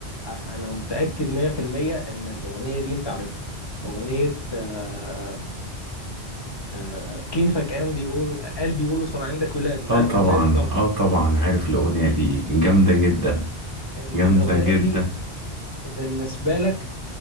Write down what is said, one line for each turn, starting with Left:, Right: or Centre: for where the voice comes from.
Left: أ- أنا متأكد 100% إن الأغنية دي أنت عارفها أغنية آه آه كيفك قام بيقولوا قال بيقولوا صار عندك ولاد أنت
Right: آه
Left: عارف
Right: طبعا
Left: الأغنية دي طبعا
Right: آه طبعا عارف الأغنية دي جامدة جدا
Left: ال-
Right: جامدة
Left: الأغنية
Right: جدا
Left: دي بالنسبة لك